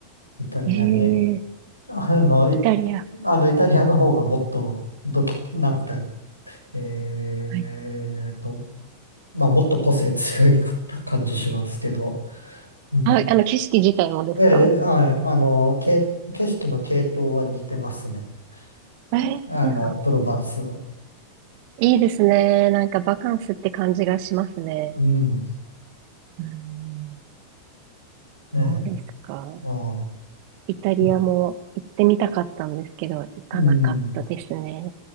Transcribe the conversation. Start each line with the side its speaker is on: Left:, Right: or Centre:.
Left: イタリアに。
Right: ええ
Left: あの、い、
Right: イタリア。
Left: あの、イタリアの方がもっと、どき、なんか、えっと、
Right: はい。
Left: まあ、もっと個性強いかった感じしますけど。うん、
Right: あ、あの、景色自体もですか
Left: ええ、はい、あの、け、景色の系統は似てますね。
Right: ええ
Left: ああの、プロヴァンス。
Right: いいですね。なんかバカンスって感じがしますね。
Left: うん、
Right: うん。
Left: ええ、
Right: そうですか。
Left: ああ、
Right: イタリアも行ってみたかったんですけど、
Left: うん、
Right: 行かなかったですね。
Left: うん